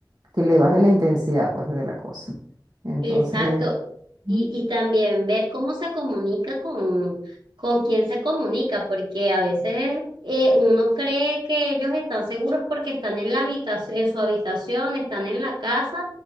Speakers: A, on the right; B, on the right.
A: que le baje la intensidad, pues, de la cosa. Entonces,
B: Exacto. Y,
A: Mm.
B: y también ver cómo se comunica con, con quién se comunica, porque a veces eh, uno cree que ellos están seguros porque están en la habitación, en su habitación, están en la casa,